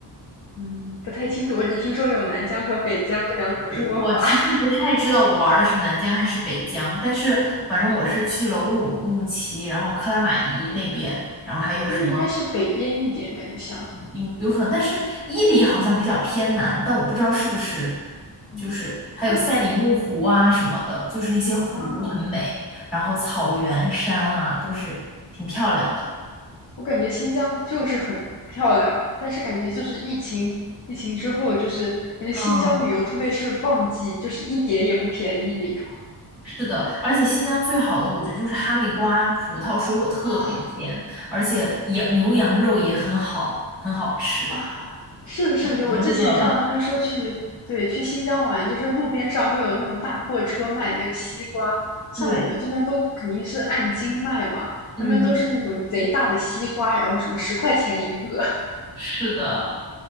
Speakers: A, on the left; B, in the centre.
A: 嗯，不太清楚，我只听说有南疆和北疆这两种说法
B: 我我其实不太知道我玩的是南疆还是北疆，
A: <laughs>
B: 但是反正我是去了乌鲁木齐，然后克拉玛依那边，然后还有什么？
A: 啊，那应该是北边一点，感觉像，
B: 有有可能，但是伊犁好像比较偏南，但我不知道是不是，
A: 嗯，
B: 就是还有赛里木湖啊什么的，
A: 那
B: 就是那些湖很美，
A: 啊，
B: 然后草原、
A: 哦、
B: 山啊都是挺漂亮的。
A: 我感觉新疆就是很漂亮，但是感觉就是疫情，疫情之后就是感觉新疆旅游，
B: 嗯，
A: 特别是旺季，就是一点也不便宜那种。
B: 是的，而且新疆最好的我觉得就是哈密瓜、葡萄，水果特别甜，
A: 啊
B: 而且羊牛羊肉也很好，很好吃。
A: 啊，是的，是的，
B: 看我都饿了。
A: 我之前看到他们说去，对，去新疆玩，就是路边上会有那种大货车卖那个西瓜，
B: <laughs>
A: 像我们这边都肯定是按斤卖嘛，
B: 对，嗯，
A: 他们都是那种贼大的西瓜，然后什么十块钱一个
B: 是的。